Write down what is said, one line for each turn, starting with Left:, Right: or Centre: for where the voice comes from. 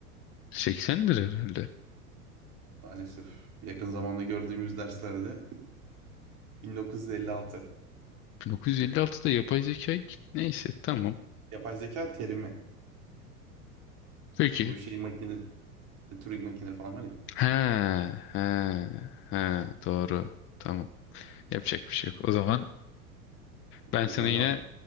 Left: 80'dir herhalde.
Right: Maalesef yakın zamanda gördüğümüz derslerde 1956.
Left: 1956'da yapay zeka ilk- neyse tamam.
Right: Yapay zeka terimi.
Left: Peki.
Right: Bu şey makine, Turing makineleri falan var ya.
Left: He, he, he doğru. Tamam. Yapacak bir şey yok. O zaman
Right: İki
Left: ben sana
Right: birden
Left: yine
Right: devam.